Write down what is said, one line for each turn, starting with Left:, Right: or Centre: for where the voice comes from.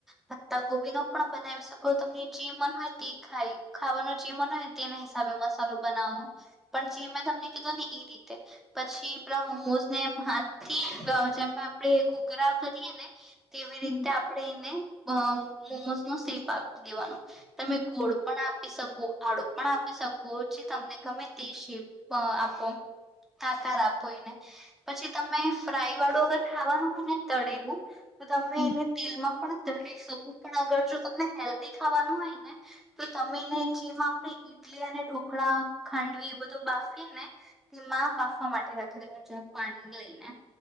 Centre: પત્તા ગોબી નો પણ બનાવી શકો તમને જે મન હોય તે ખાય ખાવાનું જે મન હોય તેના હિસાબે મસાલો બનાવો. પણ જે મેં તમને કીધું ને ઇ રીતે પછી પેલા મોમોઝને એમ હાથ થી જેમાં આપણેે ઘુઘરા કરીએ ને. તેવી
Left: હમ,
Centre: રીતે આપણે એને મોમોઝ નો સેપ આપી દેવાનો. તમે ગોળ
Left: હમ,
Centre: પણ આપી શકો આળુ પણ આપી શકો. તમને ગમે તે શેપ આપો. હા સર આપો એને પછી તમે ફ્રાઈ વાળું અગર ખાવાનું હોય ને તળેલું તો તમે
Left: હમ.
Centre: એને તેલમાં પણ તો તળી શકો પણ અગર જો તમને હેલ્ધી ખાવાનું હોય ને તો તમે એને જેમાં ઈડલી અને ઢોકળા ખાંડવી એ બધો બાફીએ ને તેમાં બાફવા માટે રાખ પાણી લઈને